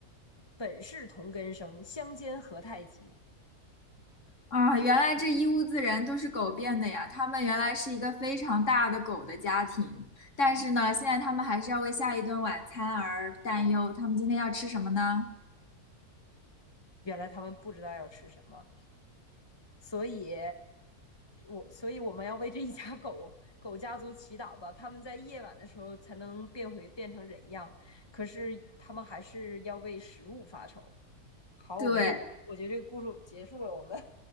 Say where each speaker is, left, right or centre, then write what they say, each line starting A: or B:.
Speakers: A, on the left; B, on the left.
A: “本是同根生，相煎何太急。”
B: 啊，原来这一屋子人都是狗变的呀！他们原来是一个非常大的狗的家庭，但是呢，现在他们还是要为下一顿晚餐而担忧。他们今天要吃什么呢？
A: 原来他们不知道要吃什么。所以，我所以我们要为这一家狗狗家族祈祷吧，他们在夜晚的时候才能变回变成人样，可是他们还是要为食物发愁。好，
B: 对，
A: 我们这个我觉得这个故事结束了，我们